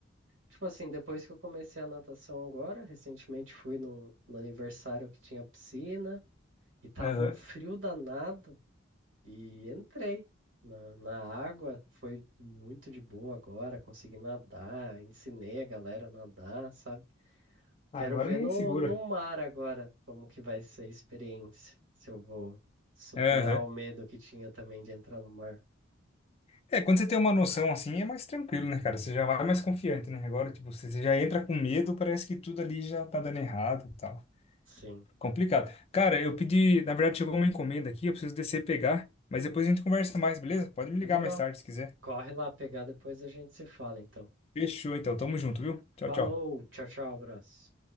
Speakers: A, on the right (about 80°); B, on the left (about 30°).
A: tipo assim, depois que eu comecei a natação agora, recentemente fui no no aniversário que tinha piscina e tava
B: Aham.
A: um frio danado e entrei. Na, na água foi muito de boa agora, consegui nadar, ensinei a galera a nadar, sabe? Quero
B: Agora
A: ver
B: ninguém
A: no,
B: segura.
A: no mar agora como que vai ser a experiência. Se eu vou superar
B: Aham.
A: o medo que tinha também de entrar no mar.
B: É, quando você tem uma noção assim, é mais tranquilo, né, cara? Você já vai mais confiante, né? Agora, tipo, você você já entra com medo, parece que tudo ali já tá dando errado e tal.
A: Sim.
B: Complicado. Cara, eu pedi, na verdade, chegou uma encomenda aqui, eu preciso descer e pegar, mas depois a gente conversa mais, beleza? Pode me
A: Demorou.
B: ligar mais tarde se quiser.
A: Corre lá pegar, depois a gente se fala, então.
B: Fechou, então. Tamo junto, viu? Tchau,
A: Falou,
B: tchau.
A: tchau, tchau, abraço.